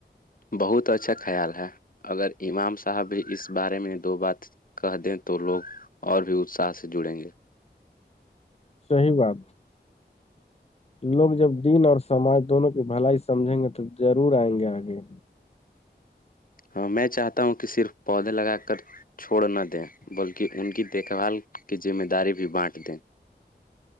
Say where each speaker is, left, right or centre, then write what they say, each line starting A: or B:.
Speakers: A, on the left (about 50°); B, on the left (about 35°).
A: بہت اچھا خیال ہے اگر امام صاحب بھی اس بارے میں دو بات کہ دیں تو لوگ اور بھی اتساہ سے جڑیں گے
B: صحی بات لوگ جب دن اور سماج دونوں کی بھلائی سمجھیں گے تو ضرور آئیں گے آگے
A: ہاں میں چاہتا ہوں کہ صرف پودے لگا کر چھوڑ نہ دیں بلکہ ان کی دیکھ بھال کی ذمہ داری بھی بانٹ دیں